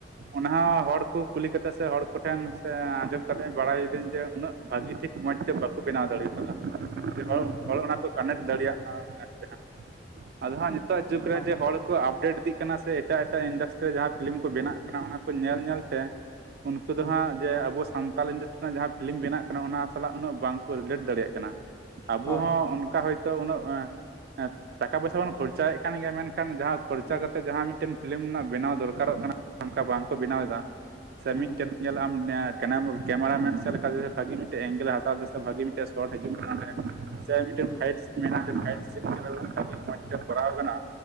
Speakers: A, on the right; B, on the left.
A: ᱚᱱᱟ ᱦᱚᱸ ᱦᱚᱲ ᱠᱚ ᱠᱩᱞᱤ ᱠᱟᱛᱮᱜ ᱥᱮ ᱦᱚᱲ ᱠᱚᱴᱷᱮᱱ ᱥᱮ ᱟᱸᱡᱚᱢ ᱠᱟᱛᱮ ᱵᱟᱲᱟᱭᱤᱫᱟᱹᱧ ᱡᱮ ᱩᱱᱟᱹᱜ ᱵᱷᱟᱜᱤ ᱴᱷᱤᱠ ᱢᱚᱸᱡᱽ ᱛᱮ ᱵᱟᱠᱚ ᱵᱮᱱᱟᱣ ᱫᱟᱲᱮ ᱠᱟᱣᱫᱟ᱾
B: ᱦᱮᱸ ᱦᱮᱸ
A: ᱦᱚᱲ ᱚᱱᱟ ᱠᱚ ᱠᱟᱱᱮᱠᱴ ᱫᱟᱲᱮᱭᱟᱜᱼᱟ ᱢᱮᱱᱛᱮ ᱱᱟᱸᱜ ᱟᱫᱚ ᱦᱟᱸᱜ ᱱᱤᱛᱟᱜ ᱡᱩᱜᱽ
B: ᱦᱳᱭ
A: ᱨᱮ ᱡᱮ ᱦᱚᱲ ᱠᱚ ᱟᱯᱰᱮᱴ ᱤᱫᱤᱜ ᱠᱟᱱᱟ ᱥᱮ ᱮᱴᱟᱜ ᱮᱴᱟᱜ ᱤᱱᱰᱟᱥᱴᱨᱤ ᱨᱮ ᱡᱟᱦᱟᱸ ᱯᱷᱤᱞᱤᱢ ᱠᱚ ᱵᱮᱱᱟᱜ ᱚᱱᱟ ᱠᱚ ᱧᱮᱞ ᱧᱮᱞᱛᱮ ᱩᱱᱠᱩ ᱫᱚ
B: ᱦᱮᱸ
A: ᱦᱟᱸᱜ ᱡᱮ ᱟᱵᱚ ᱥᱟᱱᱛᱟᱞ ᱤᱱᱰᱟᱥᱴᱨᱤ ᱨᱮᱱᱟᱜ ᱡᱟᱦᱟᱸ ᱯᱷᱤᱞᱤᱢ ᱵᱮᱱᱟᱜ ᱠᱟᱱᱟ ᱚᱱᱟ ᱥᱟᱞᱟᱜ ᱩᱱᱟᱹᱜ ᱵᱟᱝᱠᱚ ᱨᱤᱞᱮᱴ ᱫᱟᱲᱮᱭᱟᱜ ᱠᱟᱱᱟ ᱟᱵᱚ
B: ᱦᱳᱭ
A: ᱦᱚᱸ ᱚᱱᱠᱟ ᱦᱚᱭᱛᱳ ᱩᱱᱟᱹᱜ ᱴᱟᱠᱟ ᱯᱚᱭᱥᱟ ᱵᱚᱱ ᱠᱷᱚᱨᱪᱟᱭᱮᱫ ᱠᱟᱱ ᱜᱮᱭᱟ ᱢᱮᱱᱠᱷᱟᱱ ᱡᱟᱦᱟᱸ ᱠᱷᱚᱨᱪᱟ
B: ᱦᱮᱸ
A: ᱠᱟᱛᱮ ᱡᱟᱦᱟᱸ ᱢᱤᱫᱴᱮᱱ ᱯᱷᱤᱞᱤᱢ ᱨᱮᱱᱟᱜ ᱵᱮᱱᱟᱣ ᱫᱚᱨᱠᱟᱨᱚᱜ ᱠᱟᱱᱟ ᱚᱱᱠᱟ ᱵᱟᱝ ᱠᱚ ᱵᱮᱱᱟᱣ ᱮᱫᱟ, ᱥᱮ
B: ᱦᱮᱸ
A: ᱢᱤᱫᱴᱮᱱ
B: ᱦᱮᱸ
A: ᱧᱮᱞ ᱟᱢ ᱠᱮᱢᱮᱨᱟ ᱢᱮᱱ ᱥᱮᱫ ᱞᱮᱠᱟ ᱵᱷᱟᱜᱤ ᱢᱤᱫᱴᱮᱡ ᱮᱝᱜᱮᱞᱮ ᱦᱟᱛᱟᱣ ᱮᱫᱟ ᱥᱮ ᱵᱷᱟᱜᱤ ᱢᱤᱫᱴᱮᱱ ᱥᱚᱴ ᱦᱤᱡᱩᱜ ᱠᱟᱱᱟ ᱚᱸᱰᱮ ᱥᱮ ᱢᱤᱫᱴᱮᱱ
B: ᱦᱮᱸ
A: ᱯᱷᱟᱭᱤᱴᱥ ᱢᱮᱱᱟᱜᱼᱟ ᱯᱷᱟᱭᱤᱴ ᱪᱟᱞᱟᱣ ᱠᱚᱨᱟᱣ ᱠᱟᱱᱟ